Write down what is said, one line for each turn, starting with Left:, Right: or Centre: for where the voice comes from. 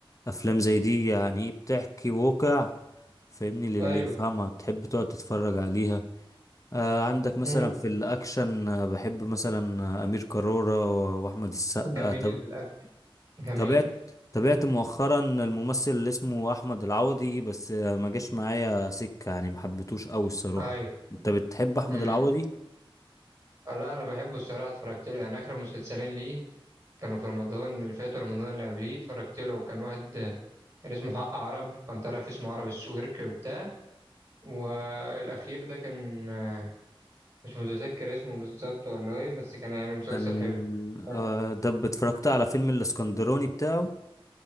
Left: أفلام زي دي يعني بتحكي واقع فاهمني للي
Right: ايوه
Left: يفهمها بتحب تقعد تتفرج عليها آه عندك مثلا
Right: مم.
Left: في الأكشن آه بحب مثلا آه، أمير كرارة وأحمد السقا
Right: جميل في الاكل جميل
Left: تابعت تابعت مؤخرا الممثل اللي اسمه احمد العوضي بس ما جاش معايا سكة يعني ما حبيتوش قوي الصراحة
Right: ايوه
Left: انت بتحب احمد
Right: مم.
Left: العوضي
Right: آه، لا انا بحبه الصراحه اتفرجت له يعني اخر مسلسلين ليه كانوا في رمضان اللي فات ورمضان اللي قبليه اتفرجت له وكان واحد آه، كان اسمه حق عرب كان طالع في اسمه عرب السويرك وبتاع والاخير ده كان آه، مش متذكر اسمه بالظبط والله بس كان يعني مسلسل
Left: كان
Right: حلو
Left: آه،
Right: كان
Left: ده اتفرجت على فيلم الاسكندراني بتاعه